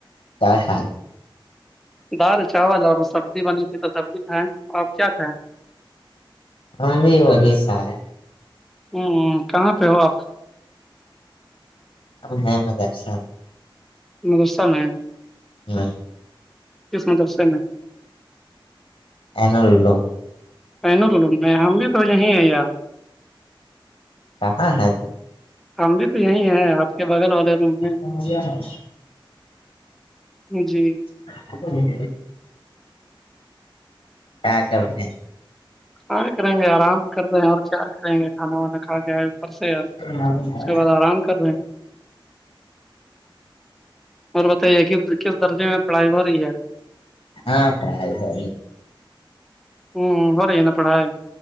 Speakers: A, on the left (about 80°); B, in the centre.
A: ہاں ہاں
B: دال چاول اور سبزی بنی تھی تو سبزی کھائے اور آپ کیا کھائیں
A: ہم بھی وہی کھائے
B: ہ کہاں پہ ہو آپ
A: ہے م درشن
B: م گصہان ہے
A: ہوں
B: کس مدرسے میں
A: این ع لم
B: پہن تو ل ہم بھی تو یہیں ہے یار
A: کہاں ہے تو
B: آم بھی تو یہی ہے آپ کے بغل والے روم میں
A: <unintelligible>
B: جی
A: <unintelligible> <unintelligible>
B: کاں کریں گے آرام کر رہے ہیں اور پیار کریں گے کھانا وانا کھا کے آ پرس
A: ہاں
B: اس کے بعد آرام کر رہے ہیں اور بتائیے کہ کس درجے میں پڑائی ہو رہی ہے
A: ہاں پڑ آ آ
B: ہوں ہو رہی ہے نے پڑھائے